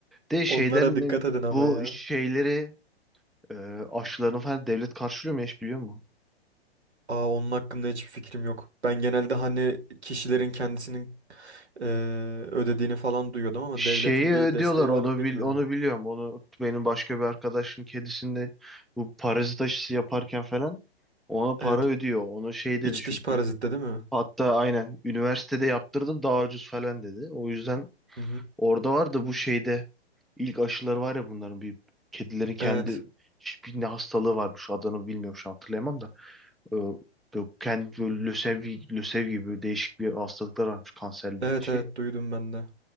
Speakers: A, in the centre; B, on the right.
A: De şeyden
B: onlara dikkat
A: ne-
B: edin ama
A: bu
B: ya.
A: şeyleri e, aşılarını falan devlet karşılıyor mu hiç biliyor musun?
B: Aa, onun hakkında hiçbir fikrim yok. Ben genelde hani kişilerin kendisinin Ee, ödediğini falan duyuyordum ama
A: Şeyi
B: devletin bir
A: ödüyorlar
B: desteği
A: onu
B: var mı bilmiyorum.
A: bil, onu biliyorum. Onu benim başka bir arkadaşın kedisinde bu parazit aşısı yaparken falan ona para
B: Evet,
A: ödüyor. Onu şey dedi
B: iç
A: çünkü.
B: dış parazitte değil mi?
A: Hatta aynen üniversitede yaptırdım daha ucuz falan dedi. O yüzden
B: Hı hı.
A: Orada var da bu şeyde ilk aşıları var ya bunların bir kedilerin kendi
B: Evet.
A: hiçbir ne hastalığı varmış adını bilmiyorum şu an hatırlayamam da. Ee, böyle kendi böyle lösevi, lösev gibi böyle değişik bir hastalıklar varmış kanser
B: Evet
A: bir şey.
B: evet duydum ben de.